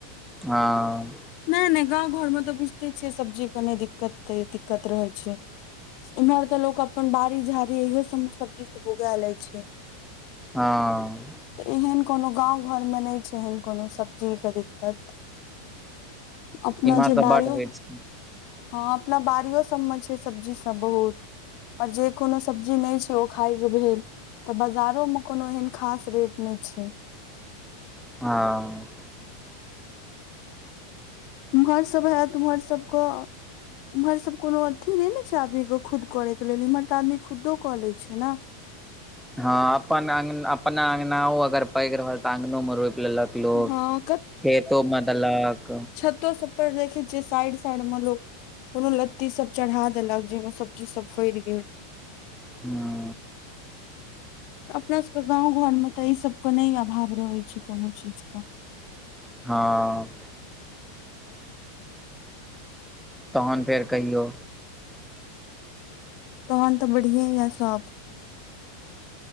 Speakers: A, in the centre; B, on the left.
A: हँ
B: नय नय गाँंव घर में तऽ बुझिते छियै सब्जी के नय दिक्कत दिक्कत रहै छै इम्हर तऽ लोक अपन बाड़ी झाड़ी इहो सब में सब्जी सब उगा लय छै
A: हँ
B: तऽ एहन कोनो गाँंव घर में नय छै एहन कोनो सब्जी के दिक्कत अपना
A: इम्हर
B: जे
A: तऽ
B: बारियो
A: बड होइ छै
B: हँ अपना बाड़ियो सबमे छय सब्जीसब बहुत ओर जे कोनो सब्जी नय छै ओ खायके भेल तऽ बजारो में कोनो एहन खास रेट नय छै
A: हँ
B: उम्हर सब होयत उम्हर सबके उम्हर सब कोनो अथी नय ने छै आदमी के खुद करे के लेल इम्हर तऽ आदमी खुदो कऽ लै छै न
A: हँ अपन अंग अपना अङगनाओ अगर पैघ रहल तऽ अङ्गनो मे रोइप लेलक लोक
B: हँ
A: खेतो मदलक
B: सत सप्पर देखै छिय साइड साइड मं लोक कोनो लत्ती सब चढ़ा देलक जहिमे सब्जी सब फइड़ गेल
A: हँ
B: अपनासबके गाँव घरमे तऽ एहिसबके नय अभाव रहैत छै कोनो चीजके
A: हँ तहन फेर कहियौ
B: तहन तऽ बढ़िआ या सब